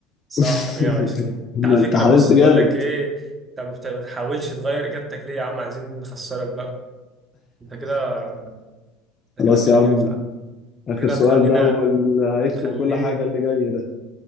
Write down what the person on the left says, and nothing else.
<laughs>
لا،
انت حاولت
جامد
<laughs>
خلاص
يا عم
آخر
سؤال
ده واللي هيختم
كل حاجة اللي جاي ده